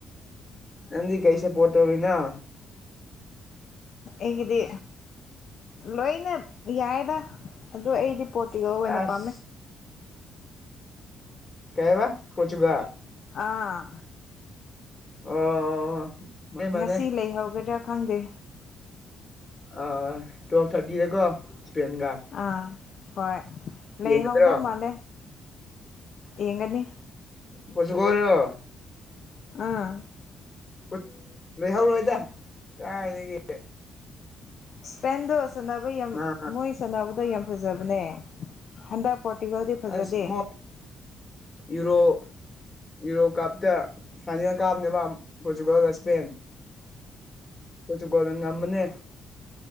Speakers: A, on the left (about 25°); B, on the left (about 55°).
A: ꯅꯪꯗꯤ ꯀꯔꯤ ꯁꯞꯄꯣꯔꯠ ꯇꯧꯔꯤꯅꯣ
B: ꯑꯩꯒꯤꯗꯤ ꯂꯣꯏꯅ ꯌꯥꯏꯔꯦꯗꯥ ꯑꯗꯣ ꯑꯩꯗꯤ ꯄꯣꯔꯇꯤꯒꯜ ꯑꯣꯏꯅ
A: ꯑꯁ
B: ꯄꯥꯝꯃꯦ
A: ꯀꯩꯕ ꯐꯣꯔꯇꯨꯒꯜ
B: ꯑꯥ
A: ꯑꯣ ꯃꯥꯅꯦ ꯃꯥꯅꯦ
B: ꯉꯁꯤ ꯂꯩꯍꯧꯒꯗ꯭ꯔꯥ ꯈꯪꯗꯦ
A: ꯑꯥ ꯇꯨꯋꯦꯜꯞ ꯊꯥꯔꯇꯤꯗꯀꯣ ꯁ꯭ꯄꯦꯟꯒ
B: ꯑꯥ ꯍꯣꯏ ꯂꯩꯍꯧꯗꯧ
A: ꯌꯦꯡꯒꯗ꯭ꯔꯣ
B: ꯃꯥꯜꯂꯦ ꯌꯦꯡꯒꯅꯤ
A: ꯄꯣꯇꯨꯒꯣꯜꯂꯣ
B: ꯑꯥ
A: ꯎꯠ ꯂꯩꯍꯧꯔꯣꯏꯗ ꯀꯥꯏꯗꯒꯤ
B: ꯏꯁꯄꯦꯟꯗꯣ ꯁꯥꯟꯅꯕ ꯌꯥꯝ
A: ꯅꯍꯥꯟ
B: ꯃꯣꯏ ꯁꯥꯟꯅꯕꯗꯣ ꯌꯥꯝ ꯐꯖꯕꯅꯦ ꯍꯟꯗꯛ ꯄꯣꯔꯇꯨꯒꯜꯗꯤ ꯐꯖꯗꯦ
A: ꯑꯁ ꯃꯣ ꯌꯨꯔꯣ ꯌꯨꯔꯣ ꯀꯥꯞꯇ ꯐꯥꯏꯅꯦꯜ ꯀꯥꯞꯅꯦꯕ ꯄꯣꯔꯇꯨꯒꯜꯒ ꯏꯁꯄꯦꯟ ꯄꯣꯔꯇꯨꯒꯜꯅ ꯉꯝꯃꯅꯦ